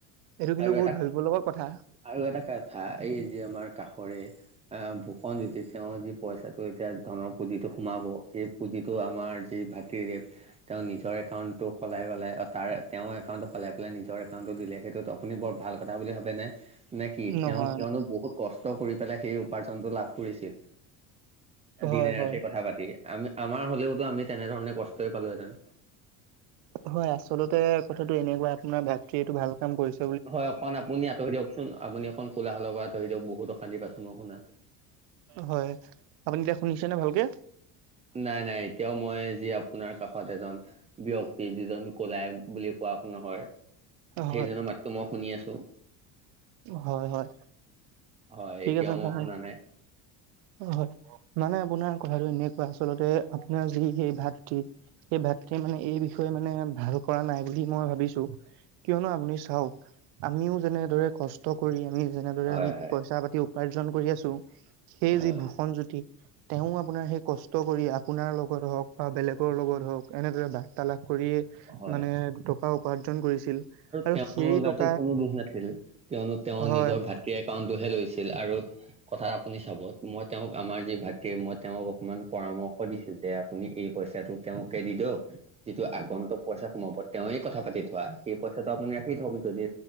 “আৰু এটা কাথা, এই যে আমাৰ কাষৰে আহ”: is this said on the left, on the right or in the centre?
Right